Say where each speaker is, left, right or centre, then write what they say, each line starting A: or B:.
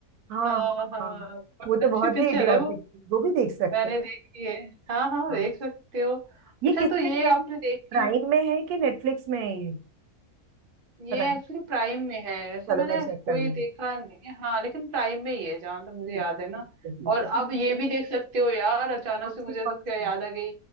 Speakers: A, on the right; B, on the right.
A: हाँ
B: हाँ
A: हाँ
B: हाँ
A: हाँ
B: बट
A: वो तो
B: अच्छी
A: बहुत
B: पिक्चर
A: ही इडियोटिक
B: है वो
A: थी वो भी देख सकते
B: मैंने
A: हैं
B: देखी है हाँ हाँ
A: हाँ
B: देख सकते हो
A: ये
B: अच्छा
A: किसमें
B: तो ये
A: है
B: आपने देखी
A: प्राइम में है कि नेटफ्लिक्स में है ये
B: ये
A: पता नहीं
B: एक्चुअली प्राइम में है ऐसा
A: चलो
B: मैंने
A: मैं चेक
B: कोई
A: करूंगी
B: देखा नहीं है हाँ लेकिन प्राइम में ही है जहां तक मुझे
A: ठीक
B: याद
A: है
B: है
A: ठीक
B: ना
A: है ठीक
B: और आप
A: है
B: ये भी देख सकते हो यार अचानक
A: कौन
B: से मुझे
A: सी कौन
B: तो क्या
A: सी
B: याद आ गई